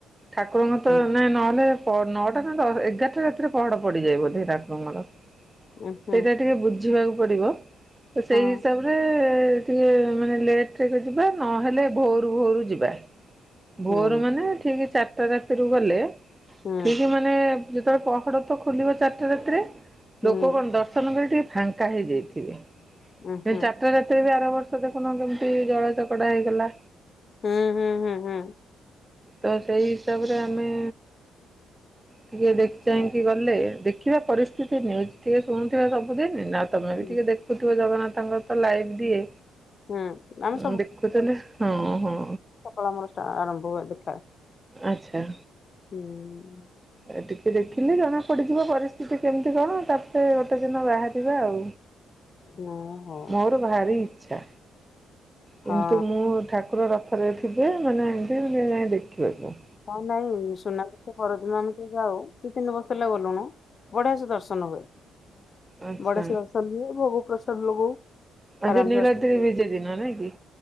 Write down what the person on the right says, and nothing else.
ଠାକୁରଙ୍କ
ତ ନା ନହେଲେ ତ ନଅଟା ନା ଦଶ ଏଗାରଟା ରାତିରେ ପହଡ଼ ପଡ଼ିଯାଏ ବୋଧେ ଠାକୁରଙ୍କର।
ସେଇଟା ଟିକେ ବୁଝିବାକୁ ପଡ଼ିବ ତ ସେଇ
ହିସାବରେ ଟିକେ ମାନେ ଲେଟ୍ ରେ ଯିବା ନହେଲେ ଭୋରୁ ଭୋରୁ ଯିବା
ଭୋରୁ ମାନେ ଠିକ୍ ଚାରିଟା ରାତି ରୁ ଗଲେ
ଠିକ୍ ମାନେ ନେ ଯେତେଳେ ପହଡ ତ ଖୋଲିବ ଚାରିଟା ରାତିରେ
ଲୋକ କଣ ଡ ଳେ ଟିକେ ଫାଙ୍କା ହେଇଯାଇଥିବେ
ସେ
ଚାରିଟା ରାତିରେ ବି ଆର ବର ସେଇଠି ଦେଖୁନ କେମିତି ଦଳା ଚକଟା ହେଇଗଲା!
ତ ସେଇ ହିସାବରେ ଆମେ ଟିକେ ଦେଖି ଚାହିଁକି ଗଲେ ଦେଖିବା ପରିସ୍ଥିତି ନ୍ୟୁଜ୍ ଟିକେ ଶୁଣୁଥିବା ସବୁଦିନି ନା ତମେ
ବି ଟିକେ ଦେଖୁଥିବ ଜଗନ୍ନାଥଙ୍କର ତ ଲାଇଭ ଦିଏ
ଉଁ ଦେଖୁଥିଲି ହଁ ହଁ।
ଆଚ୍ଛା।
ଏ ଟିକେ ଦେଖିଲେ ଜଣାପଡ଼ିଯିବ ପରିସ୍ଥିତି କେମିତି କଣ ତାପରେ ଗୋଟେ ଦିନ ବାହାରିବା ଆଉ।
ମୋର ଭାରି ଇଚ୍ଛା କିନ୍ତୁ
ମୁଁ ଠାକୁର ରଥରେ ଥିବେ ମାନେ ଏମତି ଏମିତି ଯାଇ ଟିକେ ଦେଖିବାକୁ।
ଆଚ୍ଛା
ଆଜି
ନୀଳାଦ୍ରି
ବିଜେ ଦିନ ନାଇଁ କି।